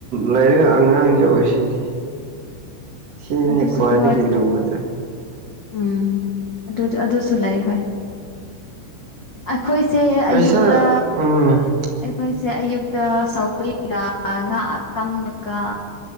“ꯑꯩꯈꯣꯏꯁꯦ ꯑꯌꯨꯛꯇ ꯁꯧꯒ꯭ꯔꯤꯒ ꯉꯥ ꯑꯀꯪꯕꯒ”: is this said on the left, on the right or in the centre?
Left